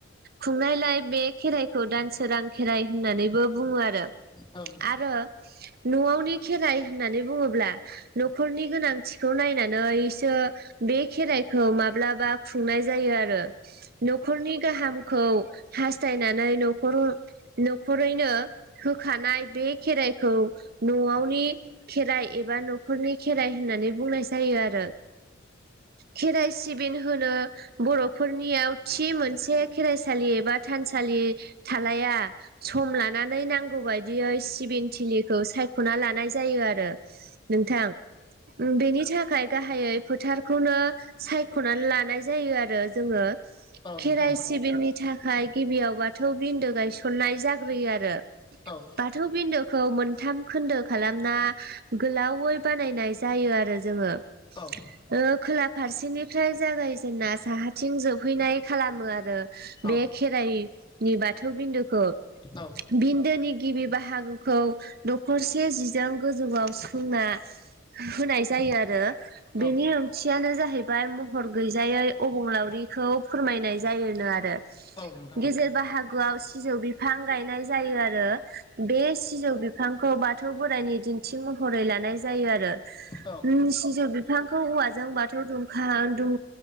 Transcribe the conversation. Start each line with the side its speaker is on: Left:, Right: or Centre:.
Right: खुंनायलाय बे खेराइ खौ दानसोरां खेराइ होननानैबो बुङो आरो
Left: औ नोंथां औ
Right: आरो न'आवनि खेराइ होननानै बुङोब्ला न'खरनि गोनांथिखौ नायनानैसो बे खेराइखौ माब्लाबा खुंनाय जायो आरो न'खरनि गाहामखौ हास्थायनानै न'खरैनो होखानाय बे खेराइखौ न'आवनि खेराइ एबा न'खरनि खेराइ होननानै बुंनाय जायो आरो <inaudible> खेराइ सिबिन होनो बर'फोरनियाव थि मोनसे खेराइसालि एबा थानसा सालि थालाया सम लानानै नांगौ बायदियै सिबिन थिलिखौ सायख'ना लानाय जायो आरो नोंथां बेनि थाखाय गाहायै फोथारखौनो सायख'नानै लानाय जायो आरो जोङो खेराइ
Left: नोंथां औ
Right: सिबिंनि थाखाय गिबियाव बाथौ बिन्दो गायसननाय जाग्रोयो आरो
Left: औ
Right: बाथौ बिनदोखौ मोनथाम खोनदो खालामना गोलावै बानायनाय जायो आरो जोङो
Left: औ'
Right: ओ खोला फारसेनिफ्राय जागायजेनना साहाथिं जोबहैनाय खालामो आरो
Left: औ
Right: बे खेराइनि बाथौ बिन्दुखौ
Left: औ
Right: बिन्दोनि गिबि बाहागोखौ नखरसे जिजों गोजौआव सोंना होनाय जायो आरो
Left: औ
Right: बेनि खियानो जाहैबाय महर गैजायै अबंलावरिखौ फोरमायनाय जायोनो आरो
Left: औ नोंथां
Right: गेजेर बाहागोआव सिजौ बिफां गायनाय जायो आरो बे सिजौ बिफांखौ बाथौ बोराइनि दिन्थि महरै लानाय जायो आरो
Left: औ
Right: सिजौ बिफांखौ औवाजों बाथौ दुमखा दुम